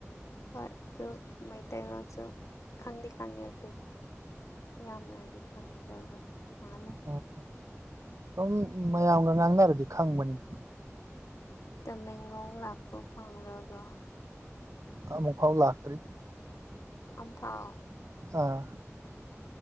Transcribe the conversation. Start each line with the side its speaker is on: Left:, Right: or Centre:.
Left: ꯍꯣꯏ ꯑꯗꯨ ꯃꯩꯇꯩꯔꯣꯟꯜꯁꯨ ꯈꯪꯗꯤ ꯈꯪꯉꯦ ꯑꯗꯨ ꯌꯥꯝꯅꯗꯤ ꯈꯪꯗꯕ ꯃꯥꯜꯂꯦ
Right: ꯑꯣ ꯁꯨꯝ ꯃꯌꯥꯝꯒ ꯉꯥꯡꯅꯔꯗꯤ ꯈꯪꯕꯅꯤꯅ
Left: ꯇꯃꯦꯡꯂꯣꯡ ꯂꯥꯛꯄ ꯐꯪꯂꯕ꯭ꯔꯥ
Right: ꯑꯃꯨꯛ ꯐꯥꯎ ꯂꯥꯛꯇ꯭ꯔꯤ
Left: ꯑꯝ ꯐꯥꯎ
Right: ꯑꯥ